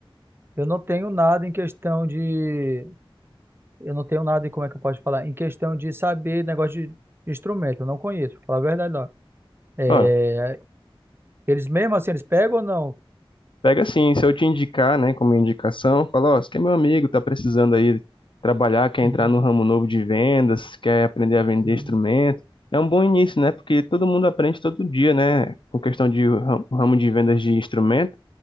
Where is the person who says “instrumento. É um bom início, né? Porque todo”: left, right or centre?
Left